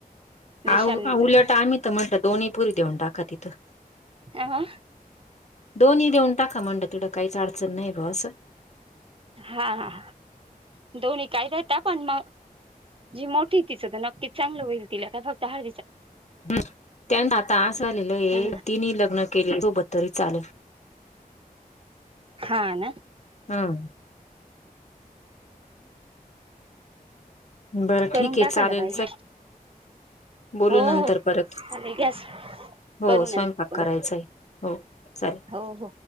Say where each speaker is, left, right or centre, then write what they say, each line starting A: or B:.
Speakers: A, on the right; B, on the left.
A: विशालनी
B: आ
A: जर
B: उलट आम्ही तर म्हणलं दोन्ही पुरी देऊन टाका तिथं
A: हा
B: दोन्ही देऊन टाका म्हणड तुडं काहीच अडचण नाही बस
A: हा हा हा दोन्ही कायात पण मग जी मोठी तिचं तर नक्कीच चांगलं होईल ति काय फक्त हा
B: हम त्यांना आता अस झालेलं हे
A: हा
B: तिने लग्न केले सोबत तरी चालेल
A: हा ना
B: हम्म बरं
A: करून
B: ठीक आहे
A: टाकायला
B: चालेल
A: पाहिजे
B: बोलू
A: हो
B: नंतर
A: हो
B: परत
A: चालेल गॅस
B: हो
A: करू नंतर
B: स्वयंपाक
A: परत
B: करायचा आहे हो चालेल
A: हो हो